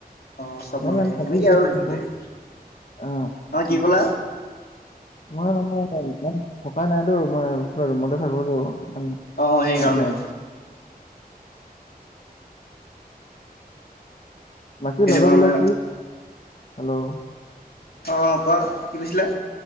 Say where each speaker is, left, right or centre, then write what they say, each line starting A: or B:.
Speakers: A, on the left (about 70°); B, on the left (about 50°).
A: অ চব
B: মই
A: মানে
B: ইমান থাকি
A: এনেকে
B: বহুত
A: আৰু জিন্দেগী
B: অ
A: হয়, কি ক'লা?
B: মই মানে ইমান থকাই নাইতো মই ৰুমতে থাকোতো। ইমান
A: অ অ সেইকাৰণে
B: ভালকে বাকী
A: সেইটো
B: লগৰবিলাক
A: কাৰণে
B: কি? হেল্ল'
A: অ অ কোৱা কি কৈছিলা?